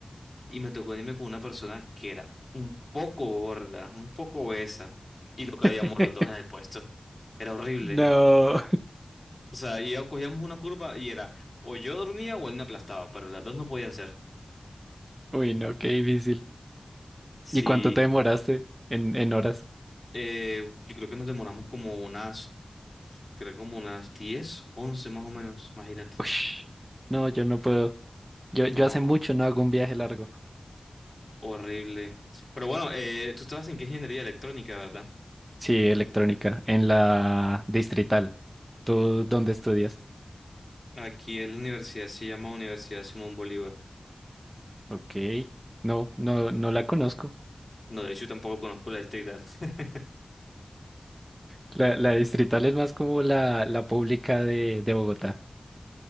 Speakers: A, on the left; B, on the right.
A: y me tocó irme con una persona que era un poco gorda, un poco obesa y no cabíamos
B: <laughs>
A: los dos en el puesto. Era horrible.
B: No.
A: O sea, y ya cogíamos una curva y era o yo dormía o él me aplastaba, pero las dos no podían ser.
B: Uy, no, qué difícil.
A: Sí,
B: ¿Y cuánto te demoraste en, en horas?
A: eh, yo creo que nos demoramos como unas, creo como unas 10, 11 más o menos, imagínate.
B: Ush, no, yo no puedo. Yo, yo
A: No,
B: hace mucho no hago un viaje largo.
A: horrible. Pero bueno, eh, tú estabas en qué ingeniería electrónica, ¿verdad?
B: Sí, electrónica, en la Distrital. ¿Tú dónde estudias?
A: Aquí en la universidad se llama Universidad Simón Bolívar.
B: Ok, no, no, no la conozco.
A: No, de hecho tampoco conozco la distrital. <laughs>
B: La, la Distrital es más como la, la pública de, de Bogotá,